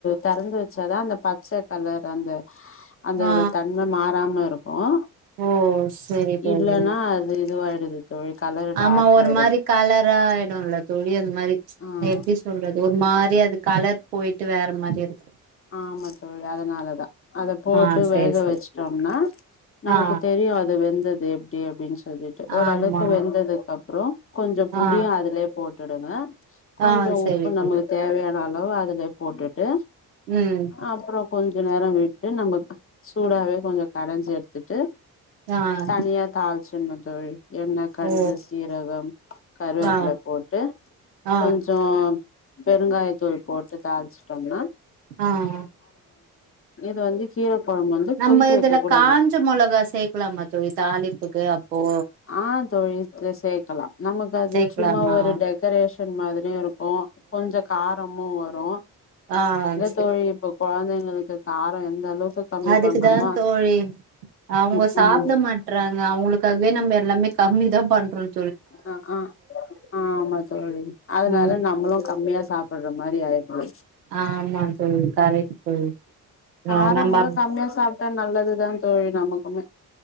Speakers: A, on the left; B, on the right.
A: தெறந்து வச்சாதான் அந்த பச்சை கலர் அந்த அந்தோட
B: ஆ
A: தன்மை மாறாம இருக்கும் கு
B: ஓ செரி தோழி
A: இல்லன்னா அது இதுவாயிடுது தோழி கலர்
B: ஆமா
A: டார்க்
B: ஒரு
A: ஆயிடுது
B: மாதிரி கலராயிடுல தோழி அந்த மாதிரி
A: ஆ
B: எப்படி சொல்றது ஒரு மாதிரி அது கலர் போயிட்டு வேற மாரி இருக்கும்
A: ஆமா தோழி அதனாலதான் அத போட்டு
B: ஆ செரி
A: வேக
B: செரி
A: வச்சுட்டோம்னா நமக்கு
B: ஆ
A: தெரிய தெரியு அது வெந்தது எப்படி அப்படின்னு சொல்ல சொல்லிட்டு ஒரளவுக்கு
B: ஆமா
A: வெந்ததுக்கப்புறம் கொஞ்சம் புளியு
B: ஆ
A: அதுலயே போட்டுடுங்க கொஞ்
B: ஆ
A: ம்
B: செரி
A: உப்பு
B: தோழி
A: நமக்கு தேவையான அளவு அதுல போட்டுட்டு
B: ம்
A: அப்புறம் கொஞ்ச நேரம் விட்டு நமக்கு சூடாவே கொஞ்சம் கடைஞ்சி எடுத்துட்டு
B: ஆ
A: தனியா தாளிச்சு சரிங்க தோழி எண்ணெய கடுகு
B: ஓ
A: சீரகம் கருவேப்பல
B: ஆ
A: போட்டு
B: ஆ
A: கொஞ்சம் பெருங்காய தூள் போட்டு தாளுச்சுட்டோம்னா
B: ஆஹ்
A: இது வந்து கீர கொழம்பு வந்து
B: நம்ம
A: கொதிக்க
B: இதுல
A: வைக்க கூடாது
B: காஞ்ச மிளகா சேர்க்கலாம தோழி தாளிப்புக்கு அப்போ
A: ஆ தோழி சேக்கலாம் நமக்கு அது
B: சேக்கலாமா
A: சும்மா ஒரு டெக்கரேஷன் மாதிரியும் இருக்கும் கொஞ்சம் காரமும் வரும்
B: ஆஹ்
A: தோழி இப்ப கொழந்தைங்களுக்கு காரம் எந்த அளவுக்கு கம்மி
B: அதுக்குதான்
A: பண்றோமோ
B: தோழி அவங்க
A: ம்
B: சாப்பிட
A: ம்
B: மாட்றாங்க அவங்களுக்கு க்கவே நம்ம எல்லாமே கம்மி தான் பண்றோம்
A: அஹ் ஆஹ் ஆ ஆமா தோழி அதனால
B: ம்
A: நம்மளும் கம்மியா சாப் பிட்ர மாதிரி ஆயிடும்
B: ஆமா தோழி கரெக்ட் தோழி
A: காரம்
B: ஆ நம்ம
A: கூட
B: அப்
A: கம்மியா சாப்பிட்டா நல்லதுதான் தோழி நமக்குமே